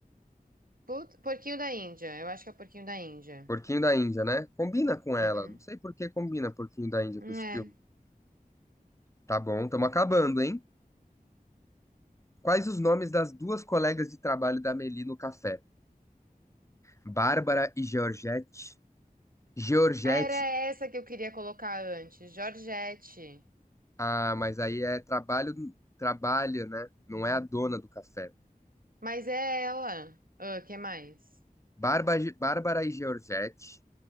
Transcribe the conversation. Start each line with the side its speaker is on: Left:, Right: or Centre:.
Right: put- porquinho da Índia. Eu acho que é porquinho da Índia.
Left: Porquinho da Índia, né? Combina com ela.
Right: Uhum.
Left: Não sei por que combina Porquinho da Índia
Right: Hum,
Left: com esse
Right: É.
Left: filme. Tá bom, estamos acabando, hein? Quais os nomes das duas colegas de trabalho da Meli no café? Bárbara e Georgette. Georgette,
Right: Era essa que eu queria colocar antes. Georgette.
Left: ah, mas aí é trabalho, trabalha, né? Não é a dona do café.
Right: Mas é ela. Ah, que mais?
Left: Barba- Bárbara e Georgette,